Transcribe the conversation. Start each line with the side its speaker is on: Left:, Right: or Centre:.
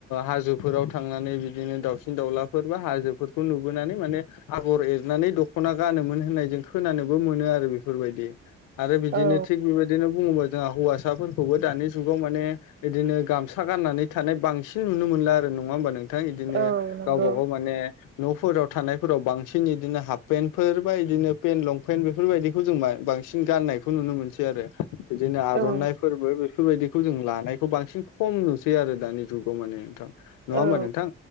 Left: हाजोफोराव थांनानै बिदिनो दाउसिन दाउलाफोर बा हाजोफोरखौ नुबोनानै माने आगर एरनानै दख'ना गानोमोन होननाय जों खोनानोबो मोनो आरो बेफोरबायदि। आरो बिदिनो
Right: औ
Left: थिग बेबायदिनो बुङोबा जोंहा हौवासाफोरखौबो दानि जुगाव माने बिदिनो गामसा गाननानै थानाय बांसिन नुनो मोनला आरो नङा होनोमबा नों थां बिदिनो
Right: औ नंगौ
Left: गावबा गाव माने न'फोराव थानायफोराव बांसिन इदिनो हाफ पेन्टफोर बा इदिनो पेन्ट लंपेन्ट बेफोरबायदिखौ जों बांसिन गाननाय खौ नुनो मोनसै आरो बिदिनो आर'नाइ
Right: औ
Left: फोरबो बेफोरबायदि खौ जों लानायखौ बांसिन खम नुसै आरो दानि जुगाव माने नोंथां। नङा होमबा
Right: औ
Left: नोंथां?